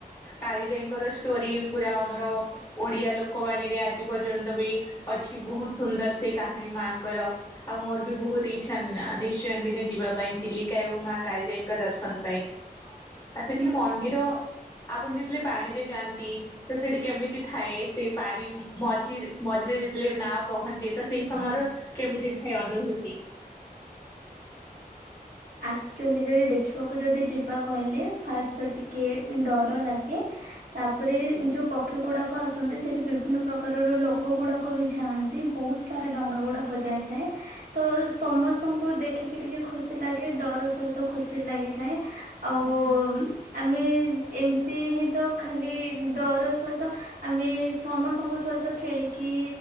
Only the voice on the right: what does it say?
ହୁଁ
ଆକ୍ଚୁଆଲି ଯଦି ଦେଖିବାକୁ ଯଦି ଯିବା କହିଲେ ଫାଷ୍ଟ ତ ଟିକେ ଡର ଲାଗେ ତାପରେ ଯୋଉ ପକ୍ଷୀ ଗୁଡାକ ଆସନ୍ତି ସେଠି ବିଭିନ୍ନ ପ୍ରକାରର ଲୋକ ଗୁଡାକ ଲୋକ ବି ଛାଆନ୍ତି ବହୁତ ସାରା ଡଙ୍ଗା ଗୁଡାକ ଯାଇଥାଏ। ତ ସମସ୍ତଙ୍କୁ ଦେଖିକି ଟିକେ ଖୁସି ଲାଗେ। ଟିକେ ଡର ସହିତ ଖୁସି ଲାଗିଥାଏ ଆଉ
ଆମେ ଏମତି ହିଁ ତ ଖାଲି ଡର ସହିତ ଆମେ ସମସ୍ତଙ୍କ ସହିତ ଖେଳିକି